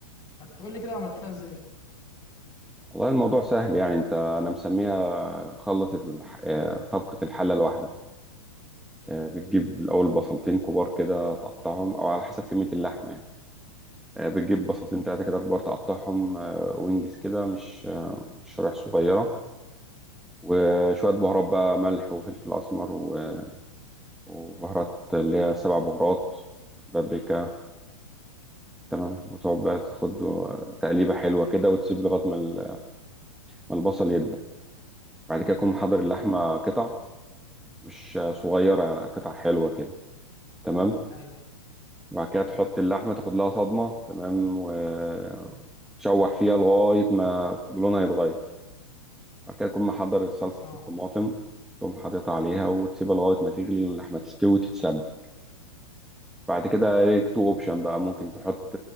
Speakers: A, on the left (about 20°); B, in the centre.
A: ما تقول لي كده عملتها ازاي
B: والله الموضوع سهل يعني انت انا مسميها خلطة الح... آه، طبقة الحلة الواحدة آه، بتجيب الاول بصلتين كبار كده تقطعهم او على حسب كمية اللحمة يعني آه، بتجيب بصلتين تلاتة كده كبار تقطعهم آه، وينجز كده مش آه، مش شرايح صغيرة وشوية بهارات بقى ملح وفلفل أسمر و- وبهارات اللي هي سبع بهارات بابريكا تمام وتقعد بقى تاخد تقليبة حلوة كده وتسيب لغاية ما ال- ما البصل يدبل بعد كده تكون محضر
A: ايوه
B: اللحمة قطع مش صغيرة يعني قطع حلوة كده تمام
A: ايوه
B: وبعد كده تحط اللحمة تاخد لها صدمة تمام وتشوح فيها لغاية ما لونها يتغير بعد كده تكون محضر صلصة
A: اه
B: الطماطم تقوم حاططها عليها وتسيبها لغاية ما تغلي اللحمة تستوي وتتسبك بعد كده ليك تو اوبشن بقى ممكن تحط